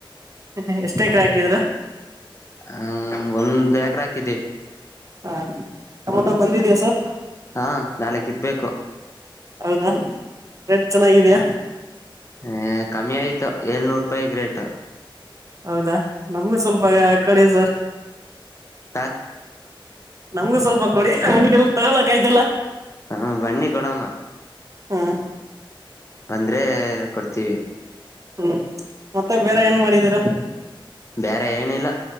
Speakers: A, on the right; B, on the left.
A: ಹ ಎಷ್ಟ ಎಕ್ರೇ ಹಾಕಿದಿರಾ.
B: ಹ್ಮ ಒಂದ್ ಎಕ್ರೆ ಹಾಕಿದೆ.
A: ಹಾಂ ಟೊಮೊಟೊ ಬಂದಿದೆಯಾ ಸರ್.
B: ಹಾ ನಾಳೆ ಕಿತ್ಬೇಕು.
A: ಹೌದಾ ರೆಟ್ ಚೆನ್ನಾಗಿದೆಯಾ.
B: ಹೆ ಕಮ್ಮಿ ಆಯ್ತು ಏಳ್ನೂರು ರೂಪಾಯಿಕೆ ರೇಟು.
A: ಹೌದಾ ನಮ್ಗು ಸ್ವಲ್ಪ ಹಾಕ್ಕೊಡಿ ಸರ್.
B: ಹಾ.
A: ನಮ್ಗೂ ಸ್ವಲ್ಪ ಕೊಡಿ ಅಂಗಡೀಲಿ ತಗೊಳಕ್ ಆಯ್ತಿಲ್ಲ
B: ಹ ಬನ್ನಿ ಕೊಡಮ್ಮ
A: ಹ್ಮ್
B: ಬಂದ್ರೇ ಕೊಡ್ತೀವಿ
A: ಹ್ಮ್ ಮತ್ತೆ ಬೇರೆ
B: ಹ್ಮ್
A: ಏನ್ ಮಾಡಿದೀರಾ
B: ಬೇರೆ ಏನಿಲ್ಲ